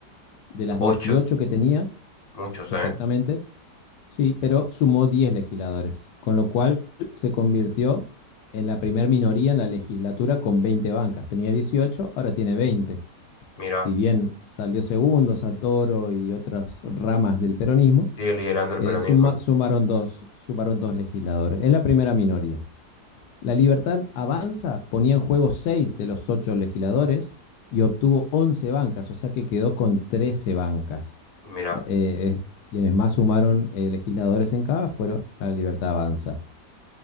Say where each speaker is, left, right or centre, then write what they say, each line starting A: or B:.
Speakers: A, on the left; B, on the left.
A: de las dieciocho
B: ocho,
A: que tenía,
B: muchos,
A: exactamente,
B: ¿eh?
A: sí, pero sumó 10 legisladores, con lo cual se convirtió en la primer minoría en la legislatura con 20 bancas. Tenía 18, ahora tiene veinte
B: Mira,
A: si bien salió segundo Santoro y otras ramas del peronismo,
B: sigue liderando el
A: eh,
B: peronismo.
A: suma- sumaron, dos, sumaron dos legisladores. Es la primera minoría. La Libertad Avanza ponía en juego seis de los ocho legisladores y obtuvo 11 bancas, o sea que quedó con 13 bancas.
B: Mira,
A: eh, es- quienes más sumaron eh, legisladores en cada fueron la Libertad Avanza.